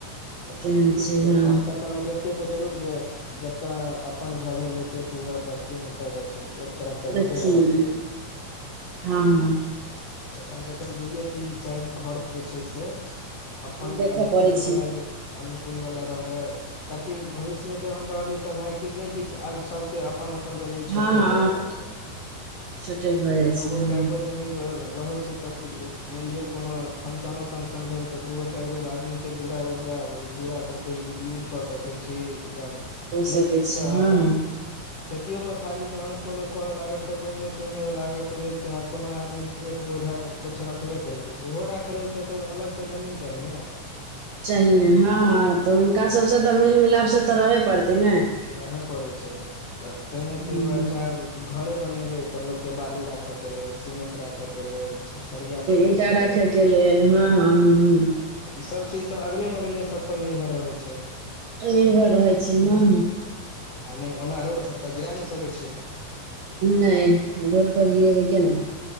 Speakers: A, on the left; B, on the right.
A: ओ
B: केहन
A: तऽ
B: छै हँ
A: कम सऽ कम एते तऽ जरूर जे जतय अपन घर भेल ओहिके पूरब पश्चिम उत्तर दक्षिण। तरफ तऽ
B: देखियै
A: रोडे रहल
B: ने
A: छैय।
B: हँ
A: तऽ
B: हँ
A: कम सँ कम दुइओ तीन चारि गो घरके जे छैय से। अपन।
B: देखऽ
A: अनुकूलवला
B: पड़ै छै
A: जे अनुकूलवला रहै। ताकि भविष्यमे जहन रहबै तऽ भाय कि नहि किछ आ सभके अपन। अपन जमीन
B: हँ
A: छोटे
B: हँ
A: भ रहल छै।
B: छोटे भऽ
A: त
B: जाइ
A: दूगो
B: छै हँ
A: चारि गो जमीन रहैत छै तऽ। मान लआ कोनो फंक्शनो तंकशन भेल ते दूगो चारि गो आदमी के दूरा उड़ दुअरा सभके यूज कऽ सकैत छी या नहि
B: कऽ सकै
A: किछु
B: छी
A: तऽ
B: हँ
A: अपन
B: हँ
A: खेतियो पथारी जहन कोनो करऽ लागल त बनो तइनो लागऽ के लेल चाहे। कोनो आदमी एक बोझा किछु रखबे केलकै तऽ ओहो राखै लेल तऽ अलगसँ जमीन चाही ने।
B: चाही ने ह ह त हुनका
A: हँ
B: सभसँ तऽ मेल मिलाप से तऽ रहे पड़तै ने।
A: रहे पड़ैत छै। तऽ नहि
B: हूँ
A: ताहि दुआरे छै। घरे बनेबे त लोक के बालू राखे के लेल सीमेंट राखे के लेल। सरिया सब राखय
B: ईटा
A: के
B: रखेके लेल हँ हँ
A: ईसभ चीज त अगले बगले सभपर निर्भर रहै छै।
B: निर्भर रहै छै हँ
A: हँ नहि ओना रोड परर तऽ गिरा नहि सकैत छियै।
B: नहि रोड पर गिरेबै कना